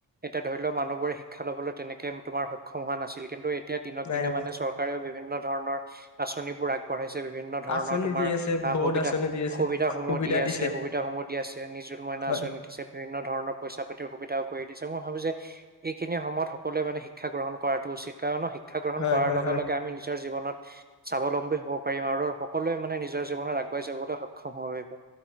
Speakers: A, on the right; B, on the left.
A: এতিয়া ধৰি লওঁ, মানুহবোৰে শিক্ষা লবলৈ তেনেকে তোমাৰ সক্ষম হোৱা নাছিল, কিন্তু এতিয়া দিনক
B: নাই
A: দিনে
B: নাই
A: মানে চৰ কাৰেওঁ বিভিন্ন ধৰণৰ আঁচনিবোৰ আগবঢ়াইছে, বিভিন্ন ধৰণৰ
B: আঁচনি
A: তোমাৰ,
B: দি আছে
A: আ,
B: বহুত
A: সুবিধা-সুবিধাসমূহ
B: আঁচনি দি আছে সুবিধা
A: দি আছে,
B: দিছে
A: সুবিধাসমূহ দি আছে, নিজুত মইনা
B: হয়
A: আঁচনি দিছে। বিভিন্ন ধৰণৰ পইচা পাতিৰ সুবিধাও কৰি দিছে, মই ভাবো যে সেইখিনি সময়ত সকলোৱে মানে শিক্ষা গ্ৰহণ কৰাটো উচিত, কাৰন শিক্ষা গ্ৰহণ
B: হয়
A: কৰাৰ
B: হয়
A: লগে-লগে
B: হয়
A: আমি নিজৰ জীৱনত স্বাৱলম্বী হ'ব পাৰিম, আৰু সকলোৱে মানে নিজৰ জীৱনত আগুৱাই যাবলৈ সক্ষম হ'ব পাৰিব।